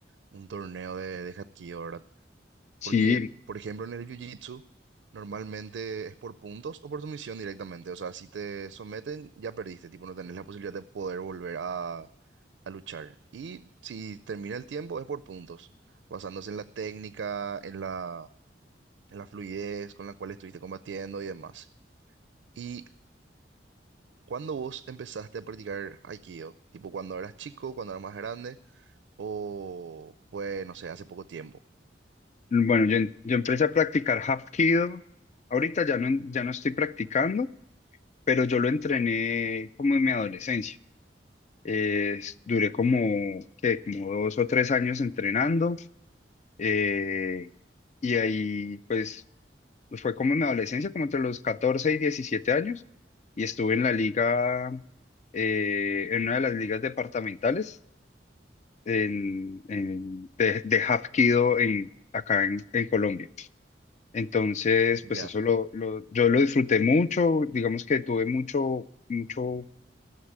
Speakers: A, on the right; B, on the left.
A: un torneo de, de Hapkido, ¿verdad?
B: Sí,
A: Porque, por ejemplo, en el Jiu-Jitsu, normalmente es por puntos o por sumisión directamente. O sea, si te someten, ya perdiste, tipo, no tenés la posibilidad de poder volver a, a luchar. Y si termina el tiempo, es por puntos, basándose en la técnica, en la, en la fluidez con la cual estuviste combatiendo y demás. ¿Y cuando vos empezaste a practicar Aikido? Tipo, cuando eras chico, cuando eras más grande, o fue, no sé, hace poco tiempo.
B: bueno, yo, em- yo empecé a practicar Hapkido. Ahorita ya no, ya no estoy practicando, pero yo lo entrené como en mi adolescencia Eh, duré como, ¿qué? como dos o tres años entrenando eh, y ahí pues pues, fue como en mi adolescencia, como entre los 14 y 17 años y estuve en la liga, eh, en una de las ligas departamentales en- en- de, de Hapkido en, acá en, en Colombia. Entonces
A: Ya.
B: pues eso lo, lo- yo lo disfruté mucho, digamos que tuve mucho, mucho